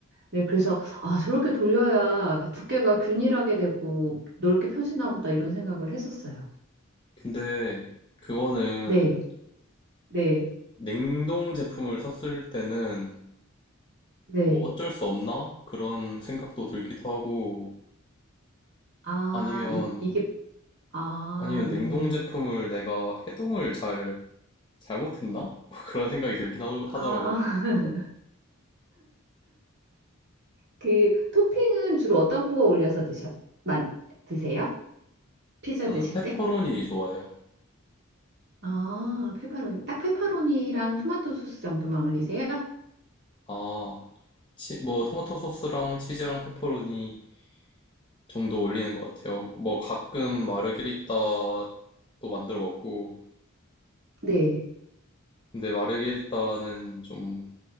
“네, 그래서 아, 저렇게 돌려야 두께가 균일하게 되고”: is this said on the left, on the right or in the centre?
Right